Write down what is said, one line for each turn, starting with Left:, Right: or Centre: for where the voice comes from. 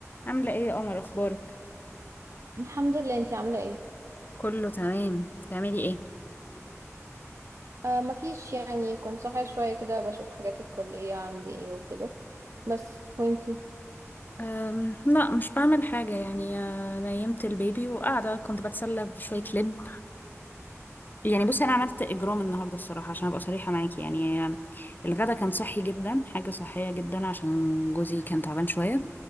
Left: عاملة ايه يا قمر اخبارك؟
Right: الحمد لله انتي عاملة ايه؟
Left: كله تمام بتعملي ايه
Right: آه مفيش يعني كنت صاحية شوية كده بشوف حاجات الكلية عندي ايه وكده بس وانتي
Left: أم لا مش بعمل حاجة يعني آه، نيمت البيبي وقاعدة كنت بتسلى بشوية لب يعني بصي أنا عملت إجرام النهاردة الصراحة عشان أبقى صريحة معاكي يعني آم، الغدا كان صحي جدا حاجة صحية جدا عشان جوزي كان تعبان شوية